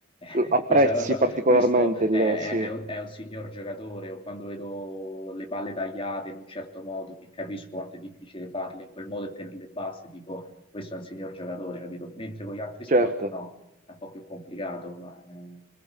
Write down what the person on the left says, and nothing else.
eh,
<laughs> questo, è,
questo
è-
è un, è un signor giocatore. O quando vedo le palle tagliate in un certo modo, che capisco quanto è difficile farle in quel modo e tenerle basse, dico, questo è un signor giocatore, capito? Mentre con gli altri sport,
no, è un po' più complicato. Ma, eh.